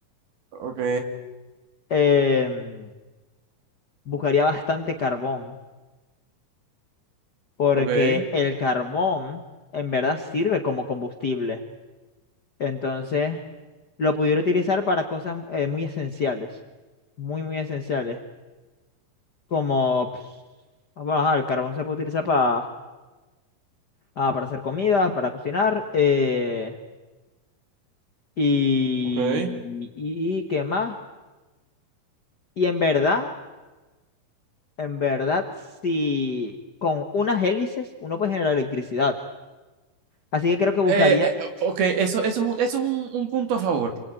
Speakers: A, on the right; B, on the left.
A: ok,
B: Em, buscaría bastante carbón, porque
A: ok,
B: el carbón en verdad sirve como combustible. Entonces, lo pudiera utilizar para cosas eh, muy esenciales, muy, muy esenciales, como, pues, ah, bueno, ajá, el carbón se puede utilizar para, ah, para hacer comida, para cocinar, eh, y,
A: ok. Eh,
B: y, y qué más. Y en verdad, en verdad, si con unas hélices uno puede generar electricidad. Así que creo que buscaría
A: eh, ok, eso, eso es un, eso es un, un punto a favor.